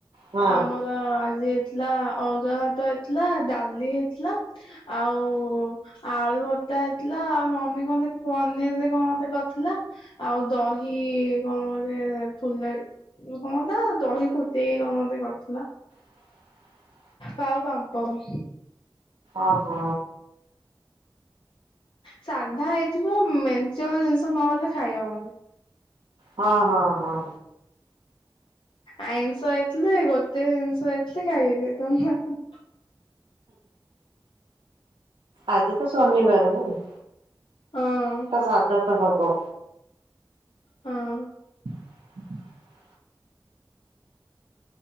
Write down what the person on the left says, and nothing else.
ଆମର ଆଜି ଥିଲା ଅରୁଆ ଭାତ ହେଇଥିଲା ଡାଲି ହେଇଥିଲା ଆଉ ଆଳୁ ଭ ତା ହେଇଥିଲା ଆଉ ମମି କଣ ତାର ପନିର କଣ ଗଟେ କରି ଥିଲା ଆଉ ଦହି କଣ ଗଟେ ଫୁଲ କଣ ଦହି ଫୁ ଦେଇ କଣ ଗଟେ କରିଥିଲା।
ପାଉ ପାମ୍ପଡ଼।
ସାଧା ହେଇଥିବ ମେଞ୍ଚେ ଗୁରେ ଜିନିଷ ନହେଲେ ଖାଇ ହବନି।
ଆଇଁଷ ହେଇଥିଲେ ଗୋଟେ ଜିନିଷ ହେଇଥିଲେ ଖାଇ ହେଇଯାଇଥାନ୍ତା।
ହଁ
ହଁ।